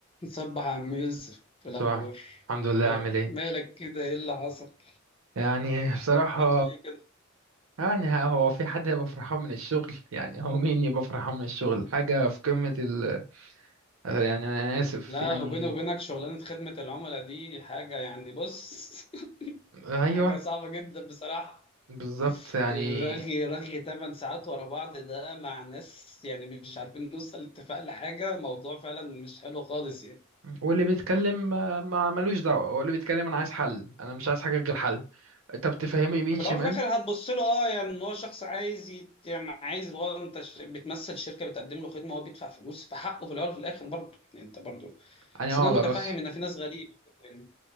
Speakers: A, on the left; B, on the right.
A: صبح يا عم يوسف في
B: صباح
A: الأخبار
B: الحمد لله
A: ما-
B: عامل ايه
A: مالك كده إيه اللي حصل؟
B: يعني بصراحة
A: مات في إيه كده؟
B: يعني ها- هو في حد هيبقى فرحان من الشغل <laughs> يعني هو مين يبقى فرحان من الشغل حاجة في قمة ال يعني أنا آسف
A: لا
B: يعني
A: وبيني وبينك شغلانة خدمة العملاء دي حاجة يعني بص <laughs>
B: أيوه
A: حاجة صعبة جدا بصراحة
B: بالظبط يعني
A: الرغي رغي 8 ساعات ورا بعض ده مع ناس يعني مش عارفين نوصل لاتفاق لحاجة موضوع فعلا مش حلو خالص يعني
B: واللي بيتكلم ما ما ملوش دعوة هو اللي بيتكلم أنا عايز حل أنا مش عايز حاجة غير حل طب تفهمه يمين
A: في
B: شمال
A: الأول وفي الآخر هتبص له أه يعني إن هو شخص عايز يت... يعني عايز هو أنت ش- بتمثل شركة بتقدم له خدمة وهو بيدفع فلوس فحقه في الأول وفي الآخر برضه يعني أنت برضه
B: علينا
A: بس انا
B: وعلى
A: متفهم
B: راسي
A: ان في ناس غريبه يعني.